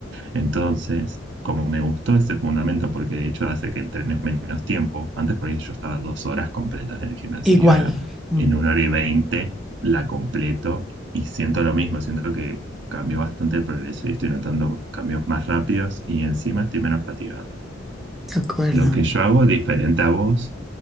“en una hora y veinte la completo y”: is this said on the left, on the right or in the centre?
Right